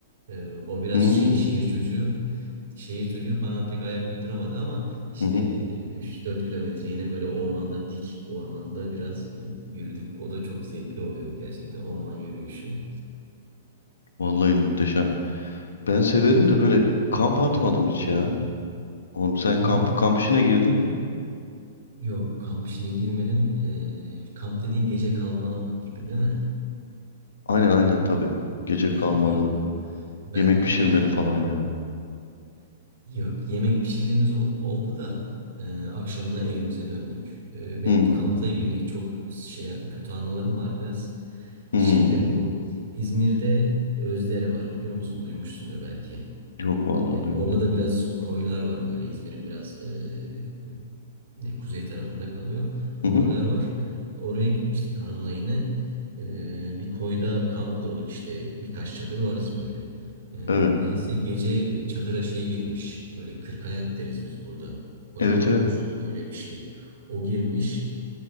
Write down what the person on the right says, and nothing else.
Ee, o biraz
şey şehir çocuğu. Şehir çocuğu bana pek ayak uyduramadı ama işte
üç dört 4 kilometre yine böyle ormanda dik ormanda biraz e, yürüdük. O da çok zevkli oluyor gerçekten orman yürüyüşü.
Evet.
Kamp
yok kamp işine girmedim. Ee, kamp dediğin gece kalma gibi değil mi?
Ha,
yok. Ben
ee,
<laughs> yok yemek pişirdiğimiz ol- oldu da ee, akşamına evimize döndük. Ee, benim
kampla ilgili çok şey kötü anılarım var biraz.
Şeyde bu İzmir'de Özdere var biliyor musun? Duymuşsundur belki.
E,
orada da biraz koylar var böyle İzmir'in biraz e, ne, kuzey tarafında kalıyor. Koylar
var. Oraya gitmiştik hanımla yine. E, bir koyda kamp kurduk işte birkaç çadır varız böyle. E,
neyse gece çadıra şey girmiş. Böyle kırkayak deriz biz burada. Kocaman
uzun böyle bir şey. O girmiş.